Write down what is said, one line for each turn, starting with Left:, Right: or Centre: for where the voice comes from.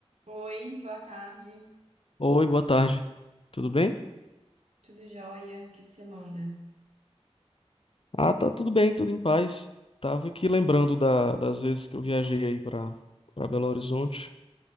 Right: Oi, boa tarde.
Left: Oi, boa tarde. Tudo bem?
Right: Tudo jóia? O que que você manda?
Left: Ah, tá tudo bem, tudo em paz. Tava aqui lembrando da- das vezes que eu viajei aí pra para Belo Horizonte.